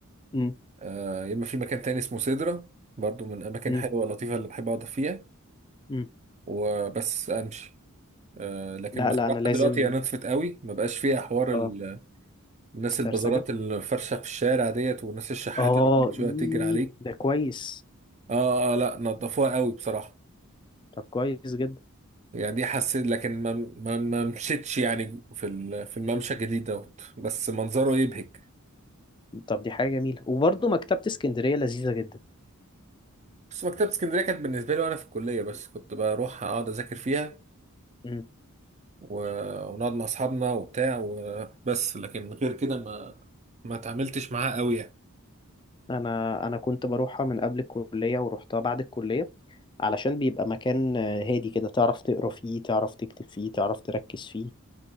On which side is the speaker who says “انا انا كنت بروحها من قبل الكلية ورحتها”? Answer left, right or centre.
Left